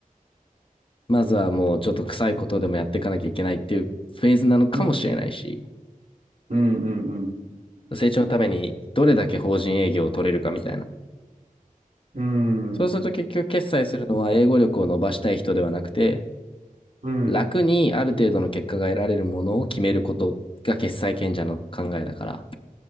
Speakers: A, on the left; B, on the right.
A: まずはもうちょっと臭いことでもやっていかなきゃいけないっていうフェーズなのかもしれないし、
B: う。うん。うん、うん、
A: 成長のためにどれだけ法人営業を取れるかみたいな。
B: うん。
A: そうすると結局決済するのは英語力を伸ばしたい人ではなくて、
B: うん、うん、
A: 楽にある程度の結果が得られるものを決めることが決裁権者の考えだから。